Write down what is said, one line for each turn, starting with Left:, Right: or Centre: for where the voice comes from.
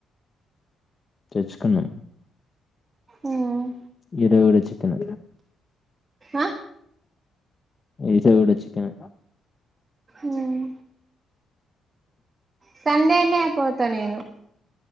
Left: తెచ్చుకున్నాం
Right: ఉమ్
Left: ఈ రోజు కూడా చికెన్
Right: ఆ
Left: ఇస కూడా చిక్కెనే
Right: ఉమ్ సండేనే పోతా నేను